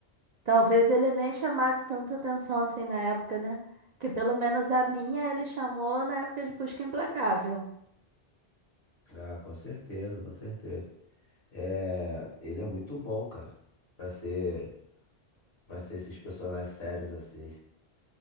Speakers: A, on the right; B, on the left.
A: Talvez ele nem chamasse tanta atenção assim na época, né? Que pelo menos a minha ele chamou na época de Busca Implacável.
B: Ah, com certeza, com certeza. É, ele é muito bom, cara. Pra ser, pra ser esses personagens sérios assim.